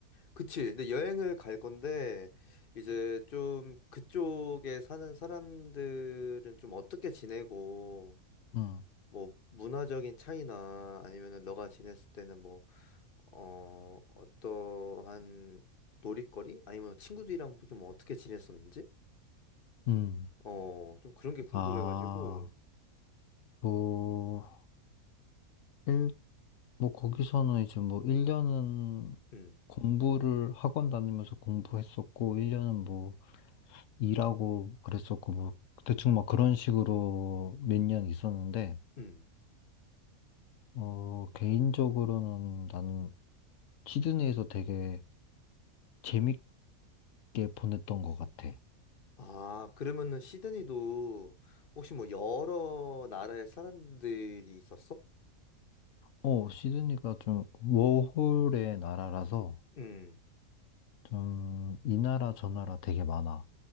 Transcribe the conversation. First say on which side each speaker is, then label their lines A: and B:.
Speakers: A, on the left; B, on the left.
A: 그치. 근데 여행을 갈 건데 이제 좀 그쪽에 사는 사람들은 좀 어떻게 지내고
B: 음,
A: 뭐 문화적인 차이나 아니면은 너가 지냈을 때는 뭐 어, 어떠한 놀이거리? 아니면 친구들이랑 좀 어떻게 지냈었는지?
B: 음.
A: 어, 좀 그런 게 궁금해가지고.
B: 아, 뭐, 일, 뭐, 거기서는 이제 뭐, 1년은
A: 음.
B: 공부를 학원 다니면서 공부했었고, 1년은 뭐, 일하고 그랬었고, 뭐, 대충 막 그런 식으로 몇 년 있었는데,
A: 음.
B: 어, 개인적으로는 난 시드니에서 되게 재밌 게 보냈던 것 같아.
A: 아, 그러면은 시드니도 혹시 뭐 여러 나라의 사람들이 있었어?
B: 어, 시드니가 좀 워홀의 나라라서
A: 음.
B: 좀 이 나라 저 나라 되게 많아.